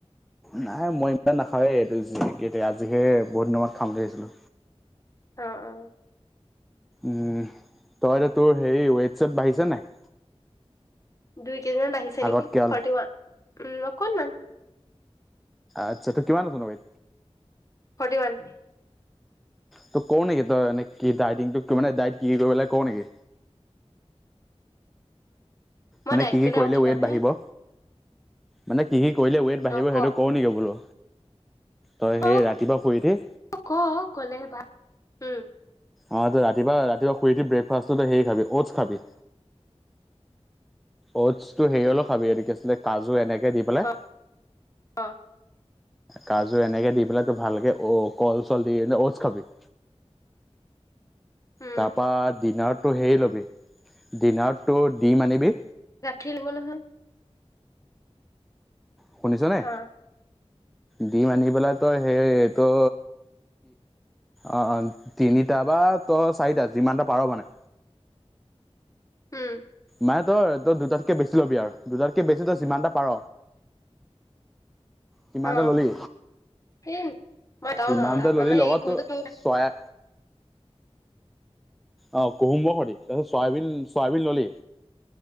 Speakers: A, in the centre; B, on the left.
A: নাই মই ইমান নাখাৱেই এইটো এই আজিহে বহুত দিন মূৰত খাম বুলি ভাবিছিলোঁ।
B: অঁ, অঁ
A: উম, তই এতিয়া তোৰ হেৰি ওৱেট- চুৱেট বাঢ়িছে নে নাই?
B: দুই কেজিমানান বাঢ়িছে
A: আগতকে
B: নেকি,
A: অল
B: ফৰটি ওৱান উ অকণমান,
A: আচ্ছা,? তই কিমান ওজন হবি
B: ফৰটি ৱান।
A: তোক কঁও নেকি তই এনে কি ডায়েটিং টো কি ডায়েটিং কি কৰিব লাগে কওঁ নেকি?
B: মই
A: মানে
B: ডাইট
A: কি কি কৰিলে
B: আৰু খীণামহে
A: ৱেট বাঢ়িব? মানে কি কি কৰিলে ৱেইট বাঢ়িব
B: অ ক
A: সেইটো কওঁ নেকি বোলো? তই সেই
B: অ
A: ৰাতিপুৱা শুই উঠি,
B: ক কলেহে ভাল উম
A: অ', ত ৰাতিপা ৰাতিপুৱা শুই দি ব্ৰেকফাষ্টটো সেই খাবি 'ত ঔচ খাবি অটছটো হেৰি হলও খাবি কি আছিলে কাজু এনেকে দি পেলাই
B: অ অ'
A: কাজু এনেকে দি পেলাই তোৰ ভালকে অ কল চল দি ঔটচ খাবি
B: উম
A: তাৰপৰা ডিনাৰটো হেৰি ল'বি, ডিনাৰটো দিম আনিবি
B: গাঠি ল'ব নহয়
A: শুনিছনে?
B: অ
A: দিম আনি পেলাই তই হে হেইটো! অঁ, অঁ, তিনিটা বা তই চাৰিটা যিমানটা পাৰ মানে?
B: উম
A: মানে তই তই দুটাতকৈ বেছি ল'বি আৰু দুটাতকৈ বেছি তো যিমানটা পাৰ কিমানটা
B: অ
A: ললি,
B: এই মই এটাও
A: কিমানটা
B: নোৱাৰো
A: ললি
B: আমাৰ
A: লগত
B: হেৰি কোনটো খাব
A: ছয়া অ', কুম স <unintelligible> তাৰপিছত চয়াবিন চয়াবিন ললি